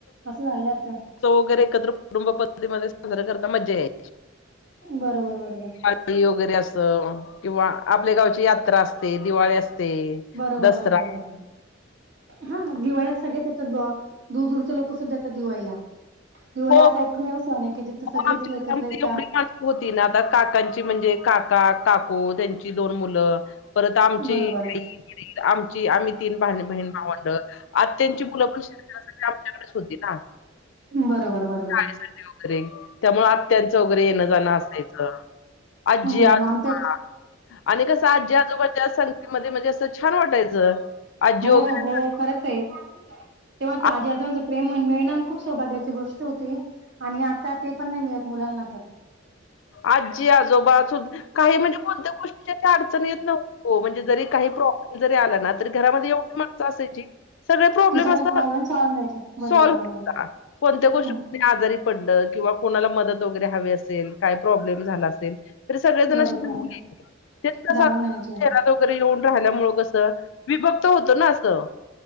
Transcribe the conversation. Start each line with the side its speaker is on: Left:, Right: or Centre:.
Right: असं झालं आता
Left: एकत्र कुटुंब पद्धतीमध्ये साजरी करताना मज्जा यायची.
Right: बरोबर बरोबर.
Left: होळी वगैरे अस किंवा आपल्या गावची यात्रा असते दिवाळी असते.
Right: बरबर
Left: दसरा
Right: बरबर बरबर. हा दिवाळीत सगळ्याच येतात ग दूर दूरचे लोक सुद्धा येतात दिवाळीला. दिवाळी
Left: हो
Right: असा एकमेव सण आहे की जिथं सगळेच
Left: आमच्या
Right: एकत्र
Left: घरामध्ये
Right: येतात
Left: एवढी माणसं होती ना आता काकांची म्हणजे काका काकू त्यांची दोन मुलं. परत आमची
Right: बरोबर आहे
Left: परत आमची आम्ही तीन भावंड आत्यांची मुलं पण <unintelligible> तस ती आमच्याकडेच होती ना.
Right: बरं बरं ब
Left: <unintelligible> त्यामुळ आत्याचं वगैरे येणं जाणं असायचं आजी
Right: बरोबर
Left: आजोबा
Right: आमच्या
Left: आणि कसं आजी आजोबाच्या संगतीमध्ये म्हणजे असं छान वाटायचं. आजी
Right: हो
Left: वगैरे
Right: हो खरंच आहे तेव्हा
Left: आ-
Right: आजी आजोबांच प्रेम मिळणार खूप सौभाग्याची गोष्ट होती आणि आता ते पण नाही मिळत मुलांना तर.
Left: आजी आजोबा चुलते काही म्हणजे कोणत्या गोष्टीची अशी अडचण येत नव्हती ओ म्हणजे जरी काही प्रॉब्लेम जरी आला ना <unintelligible> तरी घरामध्ये एवढी माणसं असायची की सगळे प्रॉब्लेम
Right: कि सगळ्यात
Left: सॉल
Right: प्रॉब्लेम सॉल्व व्हायचे बरोबर
Left: होऊन जायचे.
Right: बरोबर
Left: कोणत्या गोष्टी
Right: हम्म
Left: आजारी पडलं किंवा कोणाला मदत वगैरे हवी असेल काय प्रॉब्लेम झाला असेल तरी सगळेजण
Right: बरोबर
Left: असे मिळून यायचे. <unintelligible> ते
Right: धावून
Left: शहरात
Right: यायचे
Left: वगैरे येऊन राहिल्यामुळं कसं विभक्त होतं ना असं.